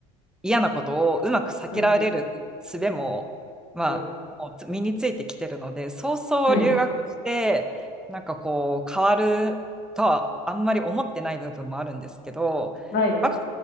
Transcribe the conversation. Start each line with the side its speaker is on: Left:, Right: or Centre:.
Centre: 嫌なことをうまく避けられる術も、
Left: うん、うん、
Centre: まあ、
Left: うん。
Centre: もう身についてきてるので、そうそう留学して、
Left: はい。
Centre: なんかこう、変わるとはあんまり思ってない部分もあるんですけど、
Left: はい。
Centre: 若